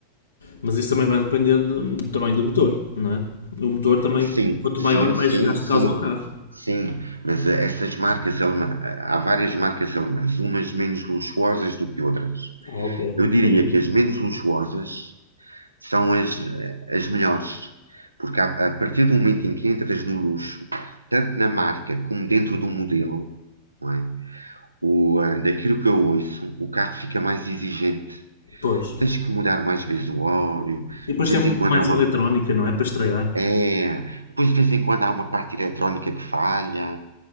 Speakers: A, on the left (about 70°); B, on the right (about 80°).
A: Mas isso também vai depender do, do tamanho do motor, não é? O motor também,
B: Sim,
A: quanto
B: sim,
A: maior, mais
B: sim,
A: gasto
B: sim,
A: causa ao carro.
B: sim. Mas eh, essas marcas alemã, há várias marcas alemãs, umas menos luxuosas do que outras.
A: Ah, ok,
B: Eu
A: não
B: diria
A: sabia.
B: que as menos luxuosas são as, eh, as melhores, porque a, a partir do momento em que entras no luxo, tanto na marca como dentro do modelo, não é? O, eh, daquilo que eu ouço, o carro fica mais exigente.
A: Pois.
B: Tens que mudar mais vezes o óleo,
A: E depois
B: de vez
A: tem muito
B: em quando
A: mais
B: há uma
A: eletrónica, não é? Para estragar.
B: é, depois de vez em quando há uma parte eletrónica que falha.